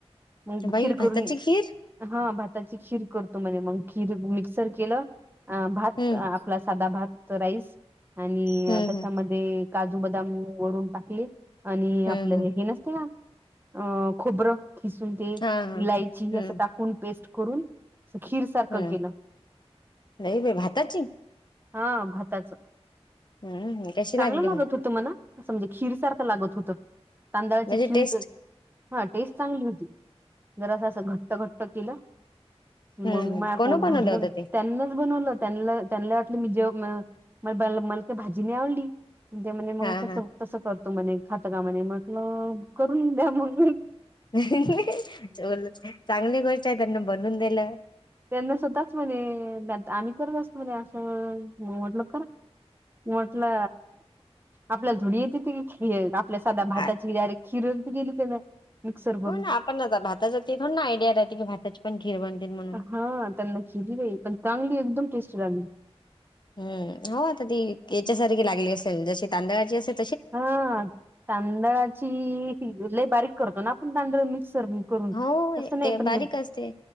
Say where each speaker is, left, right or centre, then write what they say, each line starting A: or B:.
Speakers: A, on the right; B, on the left.
A: हम्
B: बाई
A: खिरकुर
B: भाताची खीर
A: हा भाताची खीर करतो म्हणे मग खीर मिक्सर केलं अ भात
B: हम्म
A: आपला साधा भात राईस आणि
B: हम्म
A: त्याच्यामध्ये
B: हम्म
A: काजू बदाम वरून टाकले आणि
B: हम्म
A: आपलं
B: हम्म
A: हे हे नसत ना अ खुबरं खिसून ते
B: हा हा
A: इलायची
B: हम्म
A: असं टाकून पेस्ट करून खीर सारखं
B: हम्म
A: केलं
B: नाही ब भाताची
A: हा भाताच
B: हम्म कशी
A: चांगलं
B: लागली
A: लागत
B: मग
A: होत मला असं म्हणजे खीर सारखं लागत होतं तांदळाची
B: म्हणजे
A: शिणक
B: टेस्ट
A: हा टेस्ट चांगली होती जर असं असं घट्ट घट्ट केलं
B: हम्म
A: मग
B: हम्म.
A: मा
B: कोण
A: पोत
B: बनवलं
A: भरलं
B: होतं ते
A: त्यांनाच बनवलं त्यां त्यां मी जे म मला ते भाजी नाही आवडली त्या मग
B: हा
A: कस
B: हा
A: तसं करतो म्हणे खातं का म्हणे म्हटलं करून द्या म्हग
B: ोल चांगली गोष्ट आहे त्यांना बनवून दिलं
A: त्यांना स्वतःच म्हणे आम्ही करत असतो म्हणे असं म्हटलं ख म्हटलं आपल्याला धुडी येत ते की खळ आपल्या साध्या भाताची
B: आ-
A: डायरेक्ट किरणंत गेली त्याला मिक्सर करून
B: हो ना आपण आता भाताचा थोडं ना आयडिया राहते की भाताची पण खीर बनते म
A: हा त्यांना खाली बाई पण चांगली एकदम टेस्टी लागली
B: हम्म हो आता ती याच्यासारखी लागली असेल जशी तांदळाची असेल
A: हा तांदळाचीिज ल बारीक करतो ना आपण तांदळ मिक्सर नी करून
B: हो
A: तस नाही
B: ते
A: पण
B: बारीक
A: हे
B: असते